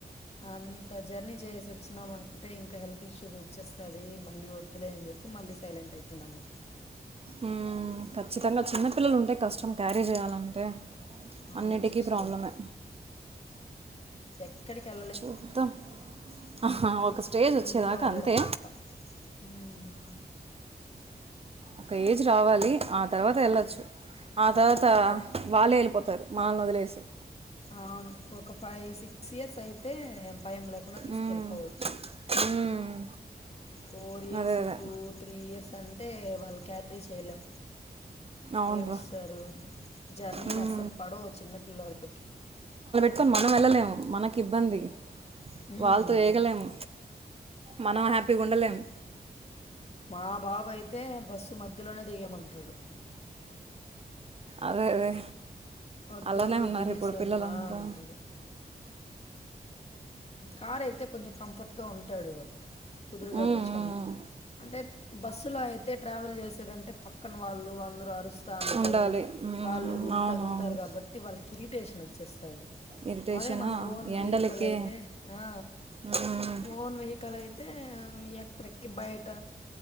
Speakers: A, on the left (about 40°); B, on the right (about 35°).
A: అన్ జర్నీ చేసి వచ్చినామ అంటే ఇంకా హెల్త్ ఇష్యూస్ వచ్చేస్తది మళ్ళీ వద్దులే అని చెప్పి మళ్ళీ సైలెంట్ అయి తినము
B: ఉమ్ ఖచ్చితంగా చిన్నపిల్లలు ఉంటే కష్టం క్యారీ చేయాలంటే
A: అవును
B: అన్నిటికీ
A: సిస్టర్
B: ప్రాబ్లమే
A: ఎక్కడికి వెళ్ళలేం
B: చుత్తం ఆహా ఒక స్టేజ్ వచ్చేదాకా
A: ఇంట్లో ఉండడం
B: అంతే
A: తప్ప మ్మ్.
B: ఒక ఏజ్ రావాలి ఆ తర్వాత ఏళ్ళొచ్చు ఆ తర్వాత
A: ఒక-
B: వాళ్ళే వెళ్ళిపోతారు. మనల్ని వదిలేసి
A: అవును ఒక ఫైవ్ సిక్స్ ఇయర్స్ అయితే భయం లేకుండా తీసుకెళ్ళిపోవచ్చు
B: ఉమ్. మ్మ్.
A: ఫోర్ ఇయర్స్
B: అదే అదే
A: టూ, త్రీ ఇయర్స్ అంటే వాళ్ళు క్యారీ చేయలేం.
B: అవునరా
A: ఏడుస్తారు జర్నీలు
B: ఉమ్.
A: అస్సలు పడవు ఓ చిన్న పిల్ల ఓలకి
B: తీకొని మనం వెళ్ళలేము మనకి ఇబ్బంది
A: మ్మ్.
B: వాళ్ళతో ఏగలేము మనం హ్యాపీగా ఉండలేము
A: మా బాబా అయితే బస్సు మధ్యలోనే దిగేయమంటాడు
B: అదే అదే
A: వద్దు
B: అల్లనే ఉన్నారు
A: దిగేసేమ్మా
B: ఇప్పుడు పిల్లలు అంతా
A: అంటాడు కార్ అయితే కొంచెం కంఫర్ట్ గా ఉంటాడు. కుదురుగా
B: ఉమ్,
A: కూర్చొని
B: ఉమ్.
A: అంటే బస్సులో అయితే ట్రావెల్ చేసేదంటే పక్కన వాళ్ళు అందరు అరుస్తా అంటారు
B: ఉండాలి ఉమ్,
A: వాళ్ళు వీళ్ళు
B: అవునవును
A: తగులుతారు కాబట్టి వాళ్ళ ఇరిటేషన్ వచ్చేస్తది
B: ఇరిటేషనా
A: అదే మన ఓన్ వె
B: ఎండలకే
A: అయితే ఆ
B: ఉమ్,
A: ఓన్ వెహికల్ అయితే ఎక్కడెకి బయట